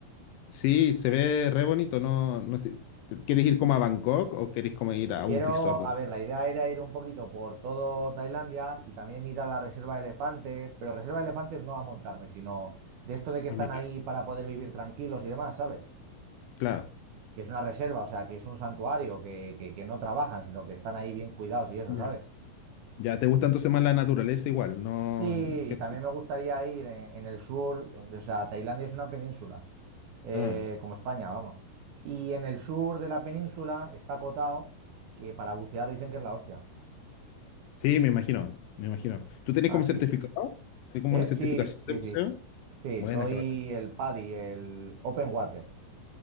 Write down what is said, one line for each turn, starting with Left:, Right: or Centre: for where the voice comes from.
Left: Sí, se ve re bonito, no, no sé, ¿quieres ir como a Bangkok o quieres como ir a
Right: Quiero,
Left: un resort?
Right: a ver, la idea era ir un poquito por todo Tailandia y también ir a la reserva de elefantes, pero reserva de elefantes no a montarme, sino de esto de que están
Left: a mitad.
Right: ahí para poder vivir tranquilos y demás, ¿sabes?
Left: Claro.
Right: Que es una reserva, o sea, que es un santuario, que, que- que no trabajan, sino que están ahí bien cuidados y eso,
Left: Ya.
Right: ¿sabes?
Left: Ya te gusta entonces más la naturaleza igual, no.
Right: Sí,
Left: que-
Right: y también me gustaría ir en, en el sur, o sea, Tailandia es una península, eh,
Left: Ah,
Right: como España, vamos. Y en el sur de la península está Koh Tao, que para bucear dicen que es la hostia.
Left: sí, me imagino, me imagino. ¿Tú tienes
Right: Así
Left: como certificado?
Right: que,
Left: ¿Tienes como
Right: ¿eh?
Left: una certificación
Right: Sí, sí,
Left: de buceo?
Right: sí. Sí,
Left: Buena,
Right: soy
Left: qué bacán.
Right: el PADI, el Open Water.